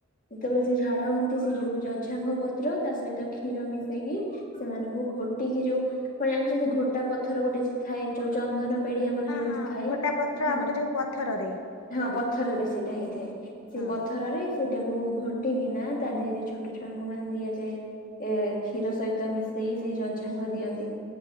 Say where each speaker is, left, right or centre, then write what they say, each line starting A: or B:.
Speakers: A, on the left; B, on the left.
A: ଯେତେବେଳେ
B: ହଁ
A: ସେ ଝାଡା ହୁଅନ୍ତି ସେ ଯୋଉ ଜଝାଙ୍ଗ ପତ୍ର ତା ସହିତ କ୍ଷୀର ମିଶେଇକି ସେମାନଙ୍କୁ ଘୋଟିକି ଯୋଉ କଣ ଜାଣିଛନ୍ତି ଘୋଟା ପଥର ଗୋଟେ ଥାଏ। ଯୋଉ ଚନ୍ଦନ ପେଡି ଆମର ଯେମିତି
B: ହଁ
A: ଥାଏ।
B: ଘୋଟା ପତ୍ର
A: ହଁ
B: ଆମର ଯୋଉ ପଥରରେ ତିଆରି
A: ହଁ ପଥରରେ ସେଇଟା ହେଇଥାଏ। ସେ
B: ହଁ।
A: ପଥରରେ ସେଇଟାକୁ ଘଟିକିନା ତା ଦେହରେ ଛୋଟ ଛୁଆଙ୍କୁ ମାନେ ଦିଆଯାଏ। ଏ କ୍ଷୀର ସହିତ ମିଶେଇ ସେଇ ଜଝାଙ୍ଗ ଦିଅନ୍ତି।